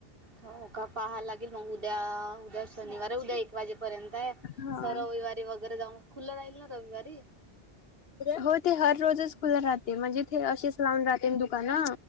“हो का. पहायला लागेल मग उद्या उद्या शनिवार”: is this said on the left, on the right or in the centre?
Right